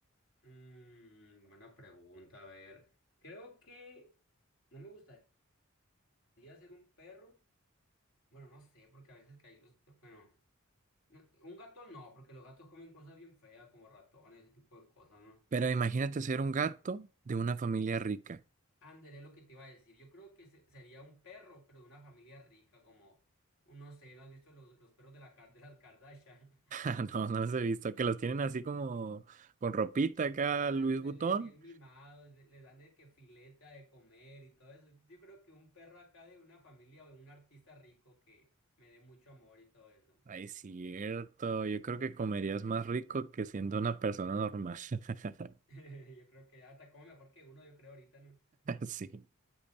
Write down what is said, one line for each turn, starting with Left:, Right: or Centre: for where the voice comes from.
Left: mm, buena pregunta, a ver. Creo que no me gustaría ser un perro. Bueno, no sé, porque a veces caí los... Bueno, no, un gato no, porque los gatos comen cosas bien feas, como ratones, ese tipo de cosas, ¿no?
Right: Pero imagínate ser un gato de una familia rica.
Left: Ándale, es lo que te iba a decir. Yo creo que se- sería un perro, pero de una familia rica, como, no sé, ¿no has visto los, los perros de, la, Kar- de las Kardashian? <laughs>
Right: <laughs> No, no los he visto. Que los tienen así como con ropita acá,
Left: Ándale,
Right: Luis Butón.
Left: bien mimados, le, le dan de que fileta de comer y todo eso. Yo creo que un perro acá de una familia o de un artista rico que me dé mucho amor y todo eso.
Right: Ay, cierto. Yo creo que comerías más rico que siendo una persona normal. <laughs>
Left: <laughs> Yo creo que hasta como mejor que uno, yo creo ahorita, ¿no?
Right: Sí.